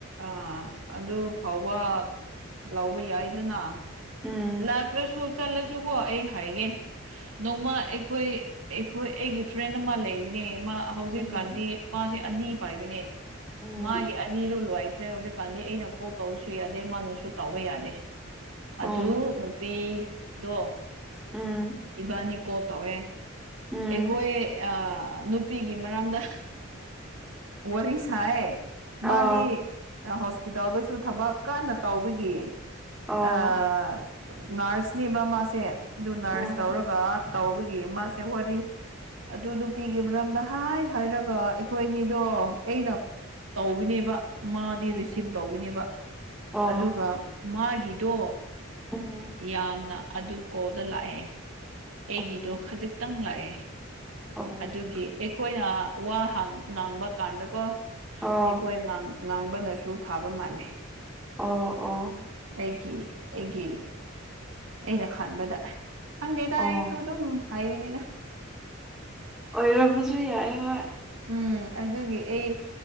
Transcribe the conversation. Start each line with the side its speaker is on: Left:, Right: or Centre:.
Right: ꯑꯥ ꯑꯗꯨ ꯐꯥꯎꯕ ꯂꯧꯕ ꯌꯥꯏꯗꯅ
Centre: ꯎꯝ
Right: ꯂꯥꯛꯇ꯭ꯔꯁꯨ ꯆꯠꯂꯁꯨꯀꯣ ꯑꯩ ꯍꯥꯏꯒꯦ ꯅꯣꯡꯃ ꯑꯩꯈꯣꯏ ꯑꯩꯈꯣꯏ ꯑꯩꯒꯤ ꯐ꯭ꯔꯦꯟ ꯑꯃ ꯂꯩꯕꯅꯦ ꯃꯥ ꯍꯧꯖꯤꯛꯀꯥꯟꯗꯤ
Centre: ꯎꯝ
Right: ꯃꯥꯁꯦ ꯑꯅꯤ ꯄꯥꯏꯕꯅꯦ
Centre: ꯎꯝ
Right: ꯃꯥꯒꯤ ꯅꯤꯗꯣ ꯂꯣꯏꯈ꯭ꯔꯦ ꯍꯧꯖꯤꯛꯀꯥꯟꯗꯤ ꯑꯩꯅ ꯀꯣꯜ ꯇꯧꯔꯁꯨ ꯌꯥꯗꯦ ꯃꯥꯅꯁꯨ ꯇꯥꯎꯕ ꯌꯥꯗꯦ
Centre: ꯑꯣ
Right: ꯑꯗꯨ ꯅꯨꯄꯤꯗꯣ
Centre: ꯎꯝ
Right: ꯏꯕꯥꯅꯤ ꯀꯣꯜ ꯇꯧꯑꯦ
Centre: ꯎꯝ
Right: ꯑꯩꯈꯣꯏ ꯅꯨꯄꯤꯒꯤ ꯃꯔꯝꯗ ꯋꯥꯔꯤ ꯁꯥꯥꯏ ꯃꯥꯗꯤ
Centre: ꯑꯣ
Right: ꯍꯣꯁꯄꯤꯇꯥꯜꯗꯁꯨ ꯊꯕꯛ ꯀꯟꯅ ꯇꯧꯕꯒꯤ
Centre: ꯑꯣ
Right: ꯑꯥ ꯅꯔꯁꯅꯦꯕ ꯃꯥꯁꯦ ꯑꯗꯨ ꯅꯔꯁ
Centre: ꯎꯝ
Right: ꯇꯧꯔꯒ ꯇꯧꯕꯒꯤ ꯃꯥꯁꯦ ꯋꯥꯔꯤ ꯑꯗꯨ ꯅꯨꯄꯤꯒꯤ ꯃꯔꯝꯗ ꯍꯥꯏ ꯍꯥꯏꯔꯒ ꯑꯩꯈꯣꯏꯅꯤꯗꯣ ꯑꯩꯅ ꯇꯧꯕꯅꯦꯕ ꯃꯥꯗꯤ
Centre: ꯎꯝ
Right: ꯔꯤꯁꯤꯞ
Centre: ꯎꯝ
Right: ꯇꯧꯕꯅꯦꯕ
Centre: ꯑꯣ
Right: ꯑꯗꯨꯒ ꯃꯥꯒꯤꯗꯣ
Centre: ꯑꯣ
Right: ꯌꯥꯝꯅ ꯑꯗꯨ ꯀꯣꯜꯗ ꯂꯥꯛꯑꯦ ꯑꯩꯒꯤꯗꯣ
Centre: ꯑꯣ
Right: ꯈꯖꯤꯛꯇꯪ ꯂꯥꯛꯑꯦ
Centre: ꯑꯣ
Right: ꯑꯗꯨꯒꯤ ꯑꯩꯈꯣꯏꯅ ꯋꯥ ꯉꯥꯡꯕꯀꯥꯟꯗꯀꯣ
Centre: ꯑꯣ
Right: ꯑꯩꯈꯣꯏ ꯉꯥꯡꯕꯅꯁꯨ ꯐꯥꯕ ꯃꯥꯜꯂꯤ
Centre: ꯑꯣ ꯑꯣ
Right: ꯑꯩꯒꯤ ꯑꯩꯒꯤ ꯑꯩꯅ ꯈꯥꯟꯕꯗ ꯈꯪꯗꯦꯗ
Centre: ꯑꯣ
Right: ꯑꯩꯁꯨ ꯑꯗꯨꯝ ꯍꯥꯏꯕꯅꯤꯅ
Centre: ꯑꯣꯏꯔꯝꯕꯁꯨ ꯌꯥꯏꯌꯦ ꯍꯣꯏ
Right: ꯎꯝ ꯑꯗꯨꯒꯤ ꯑꯩ